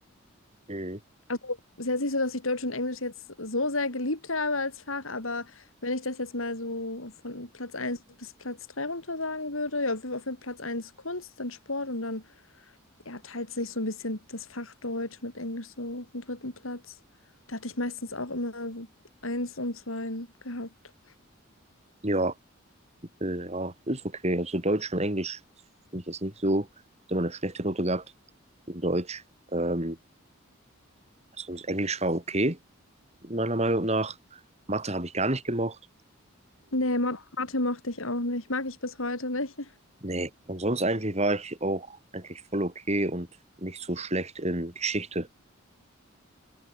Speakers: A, on the right; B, on the left.
A: Mhm.
B: Also es ist jetzt nicht so, dass ich Deutsch und Englisch jetzt so sehr geliebt habe als Fach, aber wenn ich das jetzt mal so von Platz eins bis Platz 3 runter sagen würde, ja, auf jeden Fall Platz eins Kunst, dann Sport und dann ja, teilt sich so ein bisschen das Fach Deutsch mit Englisch so auf dem dritten Platz. Da hatte ich meistens auch immer so eins und zwei gehabt.
A: Ja, äh, ja, ist okay. Also Deutsch und Englisch finde ich jetzt nicht so. Ich habe immer eine schlechte Note gehabt in Deutsch. Ähm, sonst Englisch war okay, meiner Meinung nach. Mathe habe ich gar nicht gemocht.
B: Nee, Mo- Mathe mochte ich auch nicht. Mag ich bis heute nicht.
A: Nee, und sonst eigentlich war ich auch eigentlich voll okay und nicht so schlecht in Geschichte.